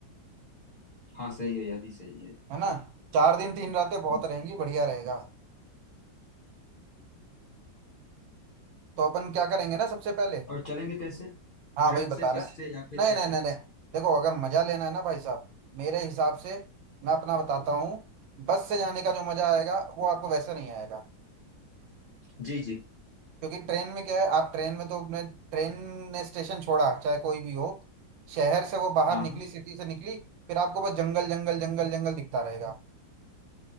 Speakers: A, on the left (about 80°); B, on the right (about 80°).
A: हाँ सही है यह भी सही है
B: है ना चार दिन तीन रातें बहुत
A: हाँ
B: रहेंगी बढ़िया रहेगा तो अपन क्या करेंगे ना सबसे पहले
A: और चलेंगे कैसे
B: हाँ
A: ट्रेन
B: वही बता
A: से
B: रहे
A: बस
B: हैं
A: से या फिर
B: नहीं
A: कैसे
B: नहीं नहीं नहीं देखो अगर मजा लेना है ना भाई साहब मेरे हिसाब से मैं अपना बताता हूँ बस से जाने का जो मजा आएगा वो आपको वैसे नहीं आएगा
A: जी जी
B: क्योंकि ट्रेन में क्या है आप ट्रेन में तो अपने ट्रेन ने स्टेशन छोड़ा चाहे कोई भी हो शहर से वो बाहर
A: हाँ
B: निकली
A: हाँ
B: सिटी से निकली फिर आपको बस जंगल जंगल जंगल जंगल दिखता रहेगा